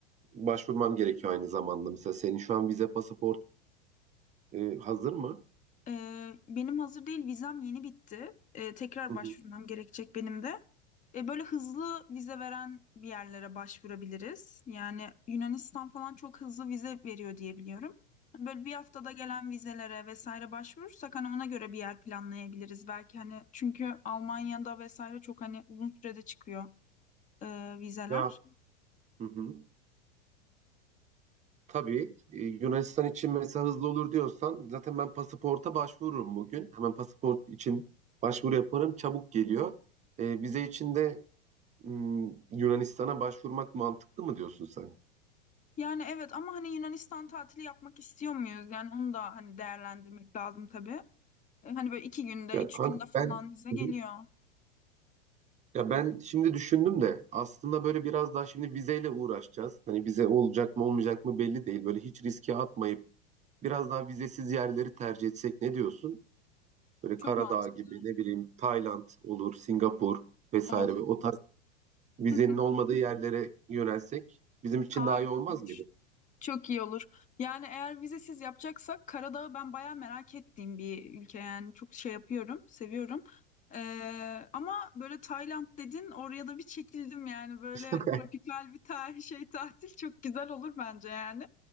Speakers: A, on the right; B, on the left.
A: başvurmam gerekiyor aynı zamanda. Mesela senin şu an vize pasaport e, hazır mı?
B: Ee, benim hazır değil vizem yeni bitti. Ee, tekrar
A: Hı hı.
B: başvurmam gerekecek benim de. Ee, böyle hızlı vize veren bir yerlere başvurabiliriz. Yani Yunanistan falan çok hızlı vize veriyor diye biliyorum. Hani Böyle bir haftada gelen vizelere vesaire başvurursak hani ona göre bir yer planlayabiliriz belki hani çünkü Almanya'da vesaire çok hani uzun sürede çıkıyor e, vizeler.
A: Ya hı hı. Tabii e, Yunanistan için mesela hızlı olur diyorsan zaten ben pasaporta başvururum bugün. Hemen pasaport için başvuru yaparım. Çabuk geliyor. E, vize için de mm, Yunanistan'a başvurmak mantıklı mı diyorsun sen?
B: Yani evet ama hani Yunanistan tatili yapmak istiyor muyuz? Yani onu da hani değerlendirmek lazım tabii. E, hani böyle iki günde,
A: Ya
B: üç
A: kanka
B: günde
A: ben
B: falan bize
A: Hı
B: geliyor.
A: hı. ya ben şimdi düşündüm de aslında böyle biraz daha şimdi vizeyle uğraşacağız. Hani vize olacak mı olmayacak mı belli değil. Böyle hiç riske atmayıp biraz daha vizesiz yerleri tercih etsek ne diyorsun? Böyle
B: Çok
A: Karadağ
B: mantıklı.
A: gibi ne bileyim Tayland olur, Singapur vesaire
B: Of.
A: ve o vizenin
B: <laughs>
A: olmadığı yerlere yönelsek bizim için
B: Harika
A: daha iyi olmaz
B: olmuş.
A: mıydı?
B: Çok iyi olur. Yani eğer vizesiz yapacaksak Karadağ'ı ben bayağı merak ettiğim bir ülke yani çok şey yapıyorum, seviyorum. Ee, ama böyle Tayland dedin oraya da bir çekildim yani böyle
A: <laughs>
B: tropikal bir tarih <laughs> şey tatil çok güzel olur bence yani.